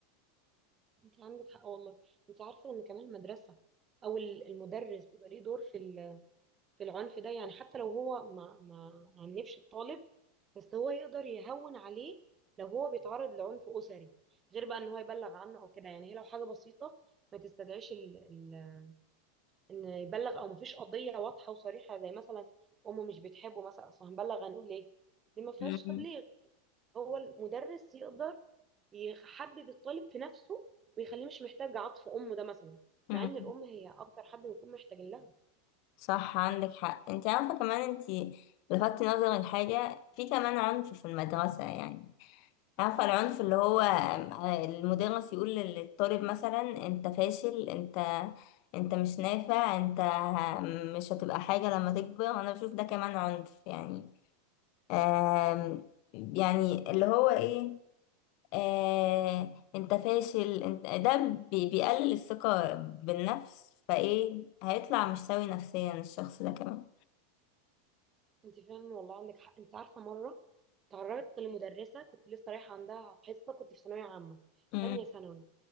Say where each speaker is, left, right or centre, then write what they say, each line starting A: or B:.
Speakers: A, on the right (about 30°); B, on the left (about 55°).
A: انت عندك حق والله انت عارفه ان كمان المدرسه او ال- المدرس بيبقى ليه دور في ال في العنف ده يعني حتى لو هو ما ما عنفش الطالب بس هو يقدر يهون عليه لو هو بيتعرض لعنف أسري غير بقى ان هو يبلغ عنه او كده يعني هي لو حاجة بسيطة ما تستدعيش ال... ال... ان يبلغ او مفيش قضية واضحة وصريحة زي مثلا امه مش بتحبه مثلا اصل هنبلغ هنقول ايه دي ما فيهاش
B: مم.
A: تبليغ هو المدرس يقدر يحبب الطالب في نفسه ويخليه مش محتاج عطف امه ده مثلا
B: مم.
A: مع ان الام هي اكتر حد بيكون محتاج لها
B: صح عندك حق انت عارفة كمان انت لفتت نظر الحاجة في كمان عنف في المدرسة يعني عارفة العنف اللي هو المدرس يقول للطالب مثلا انت فاشل انت انت مش نافع انت مش هتبقى حاجة لما تكبر انا بشوف ده كمان عنف يعني آم، يعني اللي هو ايه آه، انت فاشل انت ده بي- بيقلل الثقة بالنفس فايه هيطلع مش سوي نفسيا الشخص ده كمان
A: انت فعلا والله عندك حق انت عارفه مره تعرضت لمدرسه كنت لسه رايحه عندها حصه كنت في ثانويه عامه
B: امم
A: تانية ثانوي